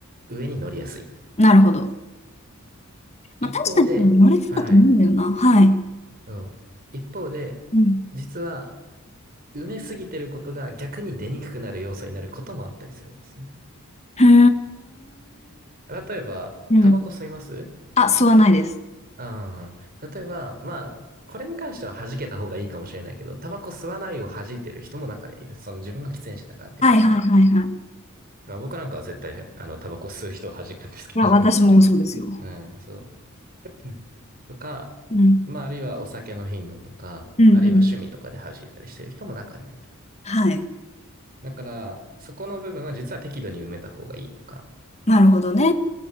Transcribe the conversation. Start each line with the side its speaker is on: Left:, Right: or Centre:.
Right: 上に乗りやすい。
Left: なるほど。まあ、
Right: 一方で、
Left: 確かに多分乗れてたと思うんだよな。
Right: はい、
Left: はい。
Right: うん。一方で、
Left: うん。
Right: 実は、埋めすぎてることが逆に出にくくなる要素になることもあったりするんですね。
Left: へー
Right: 例えば、
Left: うん。
Right: タバコ吸います
Left: あ、吸わないです。
Right: ああ、例えば、まあ、これに関しては弾けた方がいいかもしれないけど、タバコ吸わないを弾いてる人も中にはいる。その自分が喫煙者だからっていうパターン。
Left: はいはいはいはい。
Right: まあ僕なんかは絶対、あの、タバコ吸う人を弾くんですけど
Left: いや、私もそうですよ。
Right: うん、そう。うんとか、
Left: うん。
Right: まあ、あるいはお酒の頻度とか、
Left: うんうん。
Right: あるいは趣味とかで弾いたりしてる人も中にはいる。
Left: はい。
Right: だから、そこの部分は実は適度に埋めた方がいいとか。
Left: なるほどね。